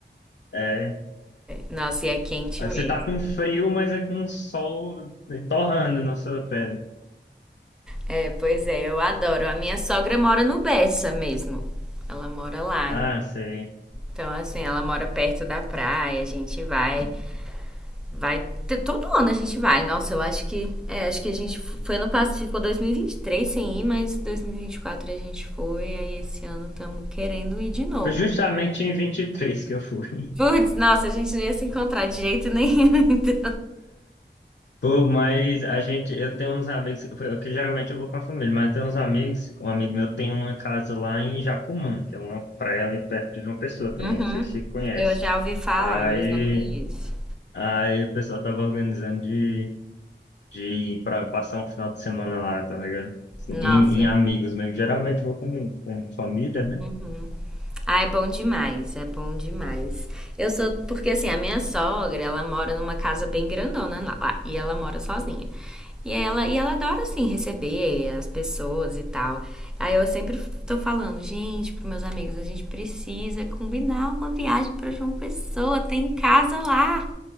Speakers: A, on the left (about 65°); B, in the centre.
A: É.
B: Nossa, e é quente
A: Aí
B: mesmo.
A: Você tá com frio, mas é com sol é, torrando na sua pele.
B: É, pois é, eu adoro. A minha sogra mora no Bessa mesmo. Ela mora lá.
A: Ah, sei.
B: Então, assim, ela mora perto da praia, a gente vai, vai t- todo ano a gente vai. Nossa, eu acho que, é, acho que a gente f- foi ano passado, ficou 2023 sem ir, mas 2024 a gente foi, aí esse ano estamos querendo ir de novo.
A: Foi justamente em 23 que eu fui.
B: Putz, nossa, a gente não ia se encontrar de jeito nenhum. <laughs> Então.
A: Pô, mas a gente, eu tenho uns amigos, eu, que geralmente eu vou com a família, mas eu tenho uns amigos, um amigo meu tem uma casa lá em Jacumã, que é uma praia ali perto de João Pessoa também,
B: Uhum.
A: não sei se você conhece.
B: Eu já ouvi falar,
A: Aí,
B: mas não conheço.
A: aí o pessoal tava organizando de, de ir pra passar um final de semana lá, tá ligado? Assim,
B: Nossa.
A: Em, em amigos mesmo, geralmente vou com, com família, né?
B: Uhum. Ah, é bom demais, é bom demais. Eu sou. Porque assim, a minha sogra, ela mora numa casa bem grandona lá, lá, e ela mora sozinha. E ela, e ela adora, assim, receber as pessoas e tal. Aí eu sempre tô falando, gente, pros meus amigos, a gente precisa combinar uma viagem pra João Pessoa, tem casa lá,